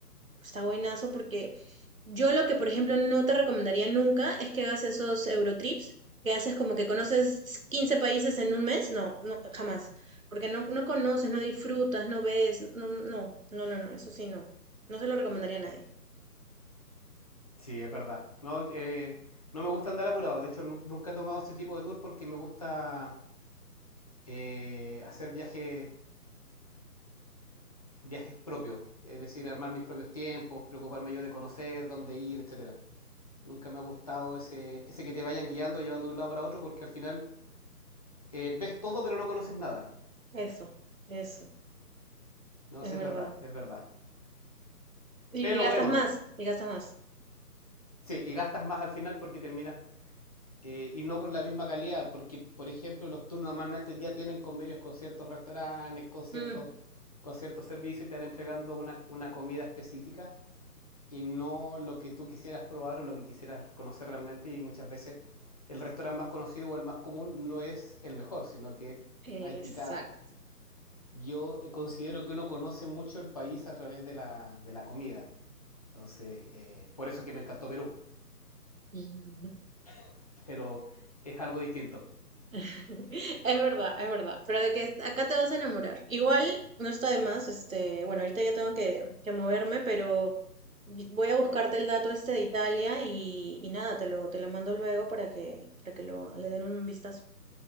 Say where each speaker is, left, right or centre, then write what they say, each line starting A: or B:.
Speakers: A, on the right; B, on the left.
A: Está buenazo porque yo lo que, por ejemplo, no te recomendaría nunca es que hagas esos Eurotrips, que haces como que conoces 15 países en un mes. No, no, jamás. Porque no, no conoces, no disfrutas, no ves. No, no, no, no, no, eso sí, no. No se lo recomendaría a nadie.
B: Sí, es verdad. No, eh, no me gusta andar apurado. De hecho, nu- nunca he tomado este tipo de tour porque me gusta eh, hacer viajes viajes propios, es decir, armar mis propios tiempos, preocuparme yo de conocer, dónde ir, etcétera. Nunca me ha gustado ese, ese que te vayan guiando, llevando de un lado para otro, porque al final eh, ves todo pero no conoces nada.
A: Eso, eso,
B: No,
A: es
B: sí
A: verdad.
B: es verdad, es verdad.
A: Y,
B: Pero
A: y gastas
B: bueno,
A: más, y gastas más.
B: sí, y gastas más al final porque terminas eh, y no con la misma calidad, porque por ejemplo los tours normalmente ya tienen convenios con ciertos restaurantes, con ciertos,
A: Mm,
B: con ciertos servicios y te van entregando una, una comida específica y no lo que tú quisieras probar o lo que quisieras conocer realmente. Y muchas veces el restaurante más conocido o el más común no es el mejor, sino que
A: exacto.
B: hay picada. Yo eh, considero que uno conoce mucho el país a través de la, de la comida. Entonces, eh, por eso que me encantó Perú,
A: <laughs>
B: <laughs> pero es algo distinto.
A: <laughs> Es verdad, es verdad. Pero de que acá te vas a enamorar. Igual no está de más, este, bueno, ahorita ya tengo que, que moverme, pero voy a buscarte el dato este de Italia y, y nada, te lo, te lo mando luego para que, para que lo, le den un vistazo.